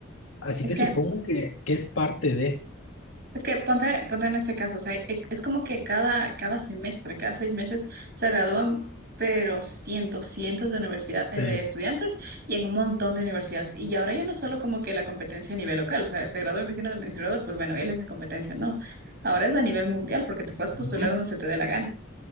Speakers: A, on the left (about 80°); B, on the right (about 50°).
A: Así
B: Es
A: que
B: que
A: supongo que, que es parte de...
B: Es que ponte, ponte en este caso, o sea, e- es como que cada, cada semestre, cada seis meses se gradúan, pero cientos, cientos de universidad,
A: sí.
B: eh, de estudiantes y en un montón de universidades. Y ahora ya no es solo como que la competencia a nivel local, o sea, se graduó mi vecino de administrador, pues bueno, él es mi competencia, no. Ahora es a nivel mundial porque te puedes postular
A: Ujú.
B: donde se te dé la gana.